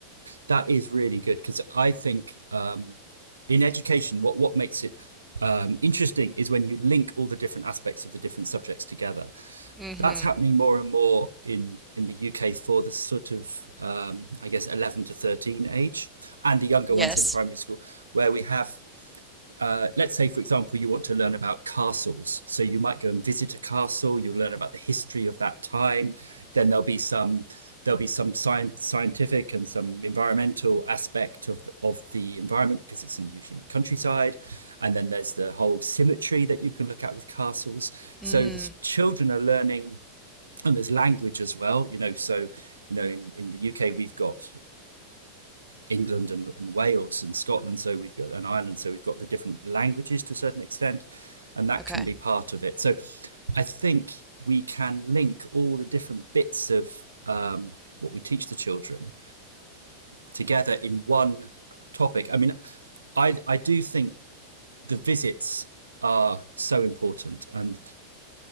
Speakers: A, on the right (about 75°); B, in the centre.
A: that is really good because I think um, in education, what what makes it um, interesting is when you link all the different aspects of the different subjects together.
B: Mm-hmm.
A: That's happening more and more in, in the UK for the sort of, um, I guess, 11 to 13 age and the younger
B: Yes.
A: ones in primary school, where we have uh, let's say, for example, you want to learn about castles. So you might go and visit a castle. You'll learn about the history of that time. Then there'll be some there'll be some science, scientific and some environmental aspect of the, of the environment because it's in, usually in the countryside. And then there's the whole symmetry that you can look at with castles. So
B: Mm.
A: the children are learning, and there's language as well. You know, so you know in, in the UK we've got England and, and Wales and Scotland, so we've got an Ireland, so we've got the different languages to a certain extent, and that
B: Okay.
A: can be part of it. So I think we can link all the different bits of um, what we teach the children together in one topic. I mean, I, I do think the visits are so important, and